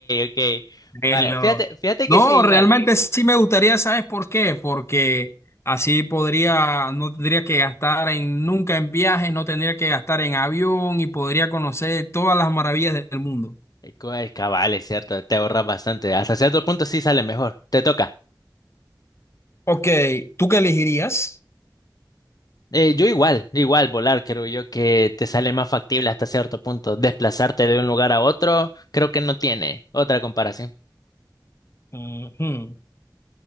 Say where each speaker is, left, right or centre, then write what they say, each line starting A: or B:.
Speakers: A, on the left (about 60°); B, on the left (about 35°).
A: ok.
B: Velo.
A: Vaya, fíjate, fíjate
B: No,
A: que sí, igual.
B: realmente sí me gustaría, ¿sabes por qué? Porque así podría, no tendría que gastar en nunca en viajes, no tendría que gastar en avión y podría conocer todas las maravillas del mundo.
A: Eh, co- eh, Cabal, es cierto, te ahorras bastante. Hasta cierto punto sí sale mejor. Te toca.
B: Ok, ¿tú qué elegirías?
A: Eh, yo igual, igual volar, creo yo que te sale más factible hasta cierto punto. Desplazarte de un lugar a otro, creo que no tiene otra comparación.
B: Ujú.